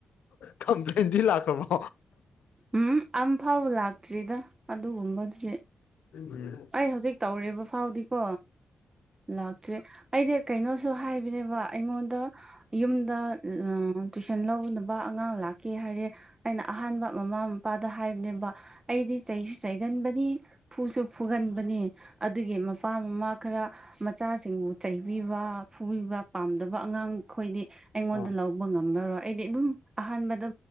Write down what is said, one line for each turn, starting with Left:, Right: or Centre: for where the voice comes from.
Left: ꯀꯝꯄ꯭ꯂꯦꯟꯗꯤ ꯂꯥꯛ ꯀꯃꯣ <unintelligible>
Right: ꯎꯝ ꯑꯝ ꯐꯥꯎꯕ ꯂꯥꯛꯇ꯭ꯔꯤꯗ ꯑꯗꯨꯒꯨꯝꯕꯗꯨꯗꯤ
Left: ꯎꯝ
Right: ꯑꯩ ꯍꯧꯖꯤꯛ ꯇꯧꯔꯤꯕ ꯐꯥꯎꯗꯤꯀꯣ ꯂꯥꯛꯇ꯭ꯔꯤ ꯑꯩꯗꯤ ꯀꯩꯅꯣꯁꯨ ꯍꯥꯏꯕꯅꯦꯕ ꯑꯩꯉꯣꯟꯗ ꯌꯨꯝꯗ ꯇꯨꯏꯁꯟ ꯂꯧꯒꯗꯕ ꯑꯉꯥꯡ ꯂꯥꯛꯀꯦ ꯍꯥꯏꯔꯦ ꯑꯩꯅ ꯑꯍꯥꯟꯕ ꯃꯃꯥ ꯃꯄꯥꯗ ꯍꯥꯏꯕꯅꯦꯕ ꯑꯩꯗꯤ ꯆꯩꯁꯨ ꯆꯩꯒꯟꯕꯥꯅꯤ ꯐꯨꯁꯨ ꯐꯨꯒꯟꯕꯅꯤ ꯑꯗꯨꯒꯤ ꯃꯄꯥꯝꯃꯛ ꯈ꯭ꯔ ꯃꯆꯥꯁꯤꯡꯕꯨ ꯆꯩꯕꯤꯕ ꯐꯨꯕꯤꯕ ꯄꯥꯝꯗꯕ ꯑꯉꯥꯡ ꯑꯩꯈꯣꯏꯗꯤ ꯑꯩꯉꯣꯟꯗ
Left: ꯑꯥ
Right: ꯂꯧꯕ ꯉꯝꯂꯥꯔꯣꯏ ꯑꯩꯗꯤ ꯑꯗꯨꯝ ꯑꯍꯥꯟꯕꯗ